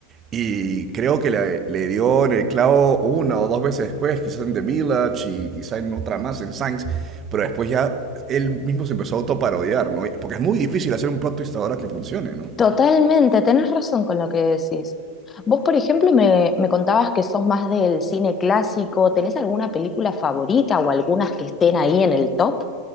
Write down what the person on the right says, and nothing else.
y creo que le, le dio en el clavo una o dos veces después, quizás en The Village y quizás en otra más, en Signs, pero después ya él mismo se empezó a autoparodiar, ¿no? Porque es muy difícil hacer un plot twist ahora que funcione, ¿no?